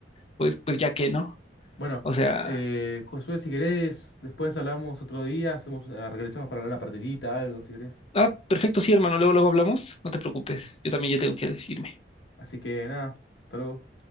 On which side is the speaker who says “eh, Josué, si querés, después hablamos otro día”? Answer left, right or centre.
Left